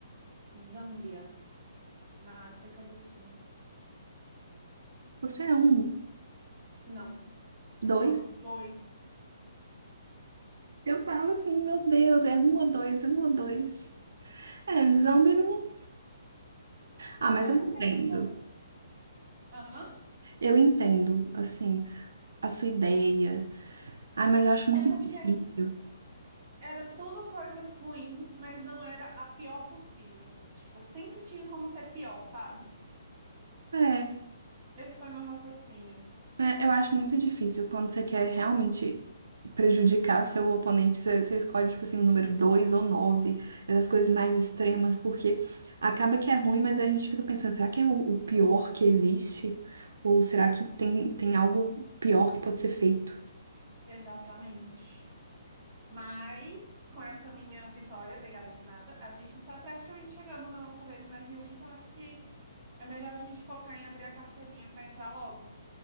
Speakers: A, on the right; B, on the right.
A: Zâmbia, na África do Sul.
B: Você é um,
A: Não,
B: dois?
A: sou doida.
B: Eu tava assim, meu Deus, é um ou dois, um ou dois. É, zombie não. Ah, mas
A: É
B: eu entendo.
A: porque, tipo, hã?
B: Eu entendo, assim, a sua ideia. Ah, mas eu acho muito
A: É porque
B: difícil.
A: Era tudo coisas ruins, mas não era a pior possível. Tipo, sempre tinha como ser pior, sabe?
B: É,
A: Esse foi meu raciocínio.
B: É, eu acho muito difícil quando você quer realmente prejudicar seu oponente, você, você escolhe, tipo assim, o número 2 ou 9, essas coisas mais extremas, porque acaba que é ruim, mas a gente fica pensando, será que é o, o pior que existe? Ou será que tem, tem algo pior que pode ser feito?
A: Exatamente. Mas, com essa minha vitória, obrigada de nada, a gente está praticamente chegando na nossa vez na Rio, então acho que é melhor a gente focar em abrir a carteirinha para entrar logo.